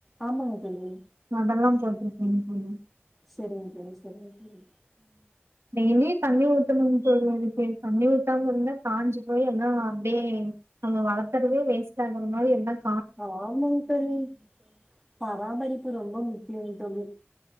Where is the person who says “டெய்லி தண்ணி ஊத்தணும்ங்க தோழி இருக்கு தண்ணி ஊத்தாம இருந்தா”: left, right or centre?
Right